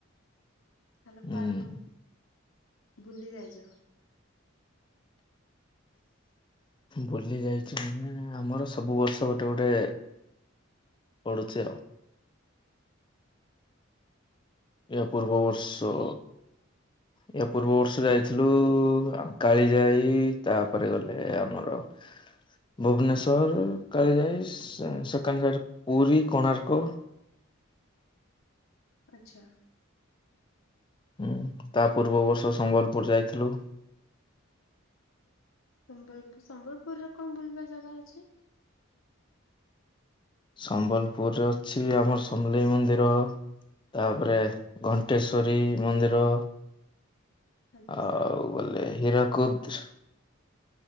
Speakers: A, on the left; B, on the left.
A: ହେଲେ
B: ହୁଁ।
A: କୁଆଡେ କୁହନ୍ତି? ବୁଲି ଯାଇଚ?
B: ବୁଲି ଯାଇଚି ମାନେ ଆମର ସବୁବର୍ଷ ଗୋଟେ ଗୋଟେ ପଡୁଚି ଆଉ। ଏହା ପୂର୍ବ ବର୍ଷ
A: ହଁ
B: ଏହା ପୂର୍ବ ବର୍ଷ ଯାଇଥିଲୁ ଆମ କାଳି ଯାଇ ତାପରେ ଗଲେ ଆମର ଭୁବନେଶ୍ଵରରୁ କାଳିଜାଇ ସେନ୍ ସେକନ୍ ସାଇଡରେ ପୁରୀ କୋଣାର୍କ।
A: ଆଚ୍ଛା।
B: ଉଁ ତା ପୂର୍ବବର୍ଷ ସମ୍ବଲପୁର ଯାଇଥିଲୁ।
A: ସମ୍ବଲପୁ ସମ୍ବଲପୁରରେ କଣ ବୁଲିବା ଜାଗା ଅଛି?
B: ସମ୍ବଲପୁରରେ ଅଛି ଆମର ସମଲେଇ ମନ୍ଦିର। ତାପରେ ଘଣ୍ଟେଶ୍ୱରୀ ମନ୍ଦିର।
A: ଆଜ୍ଞା
B: ଆଉ ବୋଲେ ହୀରାକୁଦ।